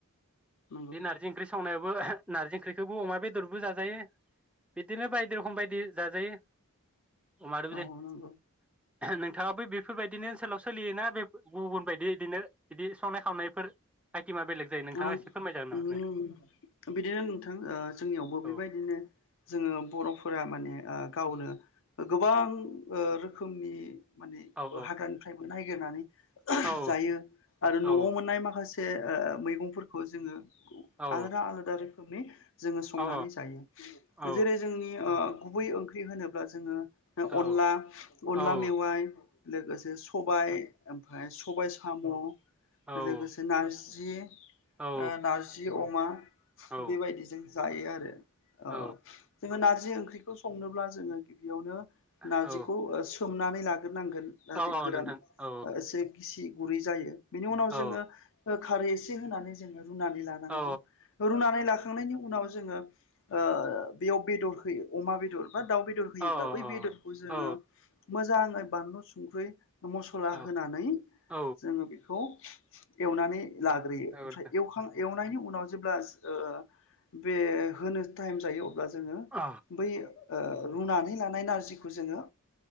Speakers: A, on the left (about 60°); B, in the centre.
A: नंगौ
B: बे नारजि ओंख्रि संनायाव बो नारजि ओंख्रिखौबो अमा बेदरबो जाजायो बिदिनो बायदि रोखोम बायदि जाजायो अमादोबो
A: औ
B: जो
A: नंगौ
B: नोंथाङाबो बेफोरबायदिनो सोलाव सोलियोना बे गुबुन बायदि इदिनो बिदि, सनाय खावनायफोर आइटेमा बेलेग जायो नोंथाङा
A: आम
B: एसे फोरमायजागोन नामा
A: ओम
B: नोंथां
A: बिदिनो नोंथां ओ जोंनियावबो बेबायदिनो
B: औ
A: जोङो बर'फोरा माने ओ गावनो गोबां ओ रोखोमनि माने
B: औ
A: हाग्रानिफ्रायबो नायगिरनानै
B: औ
A: जायो आरो न'आव
B: औ
A: मोननाय माखासे ए ओ ओ मै मुं फोरखौ जोङो
B: औ
A: आलादा आलादा रोखोमनि जोङो संनानै
B: औ
A: जायो
B: औ
A: जेरै जोंनि ओ गुबै ओंख्रि होनोब्ला जोङो, अनला
B: औ
A: अनला
B: औ
A: मेवाइ लोगोसे सबाय ओमफ्राय सबाय साम'
B: औ
A: लोगोसे नारजि <unintelligible>
B: औ
A: ओ नारजि जि अमा
B: औ
A: बेबायदिजों जायो आरो
B: औ
A: अ जोङो नार जि ओंख्रिखौ संनोब्ला जोङो गिबियावनो नारजिखौ
B: औ
A: ओ सोमनानै गोनांगोन जाहाथे
B: औ औ
A: गोरान
B: नोंथां औ
A: एसे गिसि गुरै जायो बिनि उनाव
B: औ
A: जोङो ओक खारै एसे होनानै जोङो रुनानै लानांगौ
B: औ
A: रुनानै लाखांनायनि उनाव ओ ओ बियाव बेदर होयो अमा बेदर बा दाउ बेदर होयोब्ला
B: औ
A: बै बेदरखौ जोङो
B: औ
A: मोजाङै बानलु संख्रि मस्ला
B: औ
A: होनानै
B: औ
A: जोङो बि खौ एवनानै लाग्रो
B: औ
A: ओमफ्राय
B: नोंथां
A: एवखां एवनायनि उनाव जेब्ला ओ बे होनो टाइम जायो अब्ला जोङो
B: औ
A: बै ओ रुनानै लानाय नारजिखौ जोङो